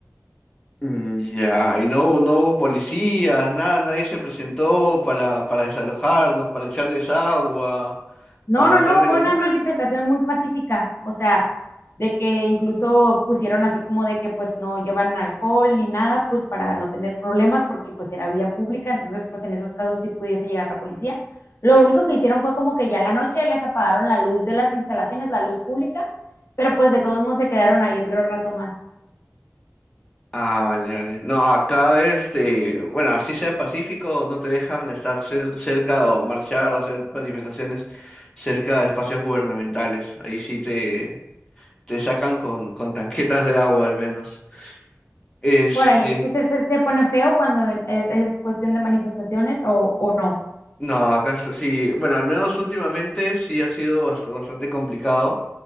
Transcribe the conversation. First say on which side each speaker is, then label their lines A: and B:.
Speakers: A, on the left; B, on the left.
A: Mm, ya, y no, no hubo policías, nada, nadie se presentó para, para desalojarlos, para echarles agua,
B: No,
A: para
B: no,
A: lanzarles
B: no,
A: lacrimógenas.
B: fue una manifestación muy pacífica, o sea, de que incluso pusieron así como de que pues no llevan alcohol ni nada, pues para no tener problemas, porque pues era vía pública, entonces pues en esos casos sí pudiese llegar la policía. Lo único que hicieron fue como que ya en la noche les apagaron la luz de las instalaciones, la luz pública, pero pues de todos modos se quedaron ahí otro rato más.
A: Ah, vale, vale. No, acá este, bueno, así sea pacífico, no te dejan estar cer- cerca o marchar o hacer manifestaciones cerca de espacios gubernamentales. Ahí sí te, te sacan con, con tanquetas de agua al menos. Este,
B: Por ahí, sí se, se, se pone feo cuando es, es cuestión de manifestaciones o, o no,
A: no, acá s- sí, bueno, al menos últimamente sí ha sido bas- bastante complicado.